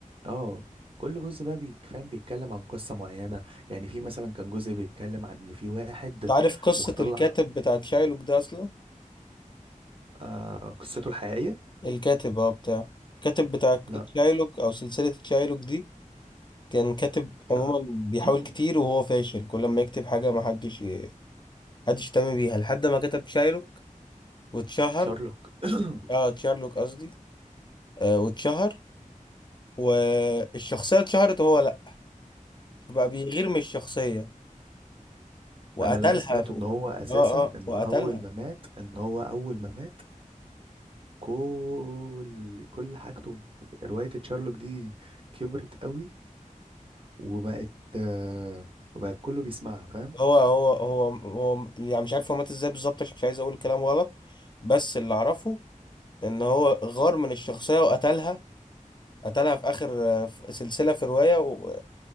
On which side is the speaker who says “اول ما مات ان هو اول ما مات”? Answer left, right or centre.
Right